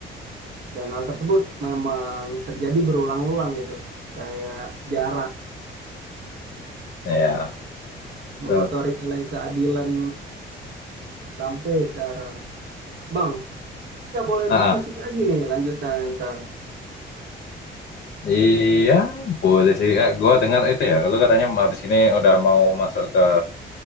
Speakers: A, on the right; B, on the left.
A: Dan hal tersebut memang terjadi berulang-ulang gitu. Kayak sejarah
B: Ya,
A: mengotori
B: betul.
A: nilai keadilan sampai sekarang. Bang, kita boleh
B: Ah,
A: diskusi
B: ah.
A: lagi nih lanjutan ntar.
B: iya, boleh sih. gue dengar itu ya. Lu katanya habis ini udah mau masuk ke